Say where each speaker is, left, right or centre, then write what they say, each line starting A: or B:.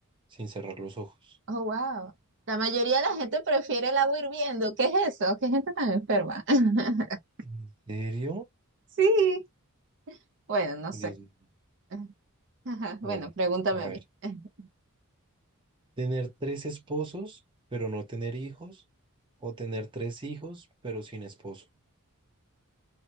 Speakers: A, on the right (about 20°); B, on the right (about 55°).
A: sin cerrar los ojos.
B: Oh, wow. La mayoría de la gente prefiere el agua hirviendo. ¿Qué es eso? ¿Qué gente tan enferma? <laughs>
A: ¿En serio?
B: Sí. Bueno, no
A: Dios
B: sé.
A: mío.
B: <laughs> Ajá, Bueno,
A: Bueno,
B: pregúntame
A: a
B: a
A: ver.
B: mí. <laughs>
A: Tener tres esposos, pero no tener hijos. O tener tres hijos, pero sin esposo.